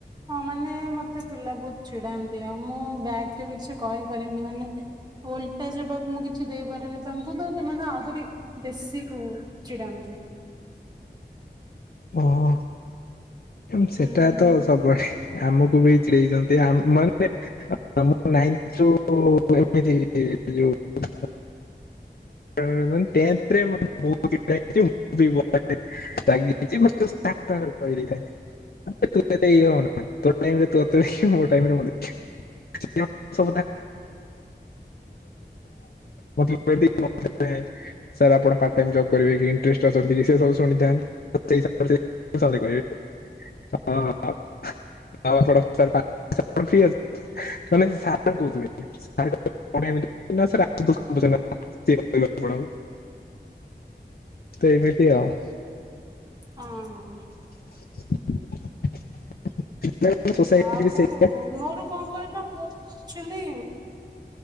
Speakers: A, on the right (about 25°); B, on the left (about 60°).
A: ହଁ ମାନେ ମତେ ପିଲା ବହୁତ ଚିଡାନ୍ତି ଆଉ ମୁଁ ବ୍ୟାକରେ ବି କିଛି କହିପାରନି ମାନେ ଓଲଟା ଜବାବ ମୁଁ କିଛି ଦେଇପାରିନି ତାଙ୍କୁ ତ ସେମାନେ ଆହୁରି ବେଶୀ କହୁ ଚିଡାନ୍ତି।
B: ଓହୋ କିନ୍ତୁ ସେଟା
A: ହୁଁ
B: ତ ସବ ବୁ ଆଡେ, ଆମକୁ ବି ଚିଡ଼େଇଛନ୍ତି ମାନେ ଆ ଆମ ନାଇଥ ରୁ ଏମିତି ଯୋଉ ଉଁ ମାନେ ଟେନଥରେ ମତେ ବହୁତ ବ୍ୟାକ୍ୟୁମ ରାଗିଙ୍ଗ ଏମିତି ବାସ ତାଙ୍କ ଆଗରେ କହିଦେଇଥାଏ ତୁ ଏତେ ଇଏ ହନା। ତୋ ଟାଇମ ରେ ତୁ ଦେଖ ମୋ ଟାଇମ ରେ ମୁ ଦେଖ। <inaudible> ନୋଟ୍ ପ୍ରିପେୟାର ସାର୍ ଆପଣ ପାର୍ଟ ଟାଇମ ଜବ କରିବେ କି ଇଣ୍ଟରେଷ୍ଟ ଅଛନ୍ତି ସେସବୁ ଶୁଣିଥାନ୍ତି ଖୋସାମତ କରିବେ ଆପଣ ଆଉ ଆପଣ ସମ ଫିଅର ତମେ ସାର କହୁଥିଲେ। ସାର୍ କଣ ଏମିତି କହୁଥିଲେ ସାର ଆପଣଙ୍କୁ କହୁଥିଲା। ଜିମ କରିବାକୁ ପଡ ତ ଏମିତି ଆଉ।
A: ହଁ।
B: ବ୍ୟାଙ୍କର ସୋସାଇଟ ଏକତିରିଶି।
A: ଆଉ ମୋର କଣ କହିଲ ବୋଉ ଆକ୍ଚୁଆଲି